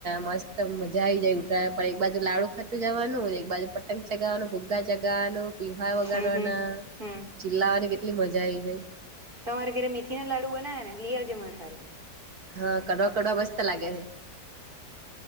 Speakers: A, on the right; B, on the right.
A: મસ્ત મજા આ આવી જાય ઉતરાય પર એક બાજુ લાડુ ખાતું જવાનું ને એક બાજુ પતંગ ચગવાનું ભૂગ ગા જગા ન પીહવા વગાડવાના
B: હમ હમ હમ
A: ચિલ્લાવાની કેટલી મજા આવીઈ જાય
B: તમારે ઘરે મેથી ના લાડુ બનાવે ને લઈ આવજે માર સારું
A: હા કડવા કડવા મસ્ત લાગે છે